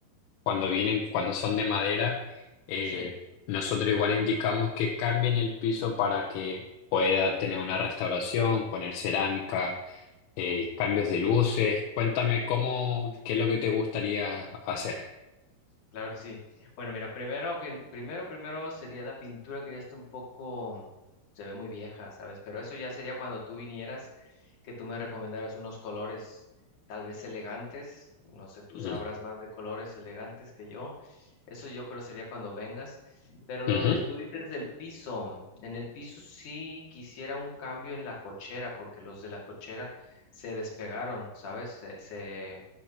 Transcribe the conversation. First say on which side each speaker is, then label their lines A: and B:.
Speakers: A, on the left (about 85°); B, on the left (about 50°).
A: cuando vienen, cuando son de madera, eh,
B: sí.
A: nosotros igual indicamos que cambien el piso para que pueda tener una restauración, poner cerámica eh, cambios de luces. Cuéntame cómo, qué es lo que te gustaría hacer.
B: Claro que sí. Bueno, mira, primero, que- primero, primero sería la pintura que ya está un poco, se ve muy vieja, ¿sabes? Pero eso ya sería cuando tú vinieras, que tú me recomendaras unos colores tal vez elegantes. No sé, tú
A: Mm,
B: sabrás más de colores elegantes que yo. Eso yo creo sería cuando vengas. Pero lo
A: ujú.
B: que tú dices del piso, en el piso sí quisiera un cambio en la cochera, porque los de la cochera se despegaron, ¿sabes? Se, se